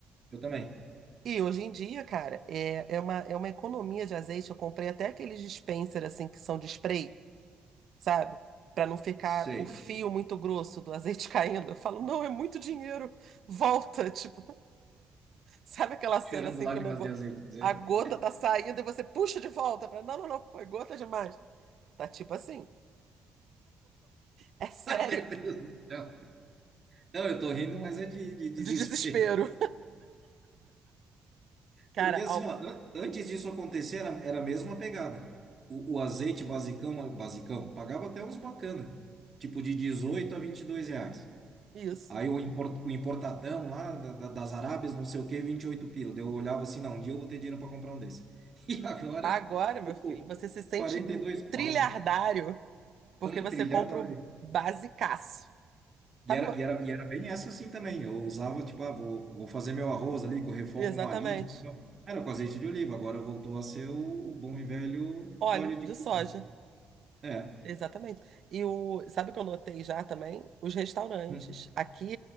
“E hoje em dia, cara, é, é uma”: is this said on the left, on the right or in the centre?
Right